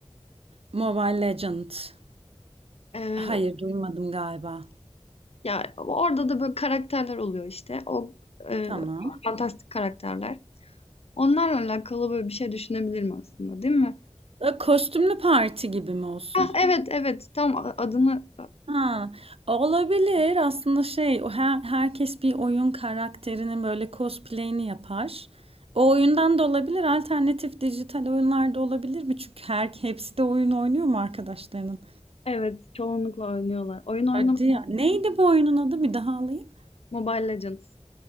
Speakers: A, on the right (about 60°); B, on the left (about 60°).
A: Mobile Legend.
B: Eee,
A: Hayır, duymadım galiba.
B: Ya orada da böyle karakterler oluyor işte. O e,
A: Tamam.
B: fantastik karakterler. Onlarla alakalı böyle bir şey düşünebilirim aslında, değil mi?
A: E, Kostümlü parti gibi mi olsun?
B: Ah evet evet tam a- adını
A: Ha, olabilir aslında şey o her, herkes bir oyun karakterinin böyle cosplay'ini yapar. O oyundan da olabilir alternatif dijital oyunlar da olabilir mi? Çünkü her hepsi de oyun oynuyor mu arkadaşlarının?
B: evet çoğunlukla oynuyorlar. Oyun oynamak
A: Hadi ya. Neydi bu oyunun adı? Bir daha alayım.
B: Mobile Legends.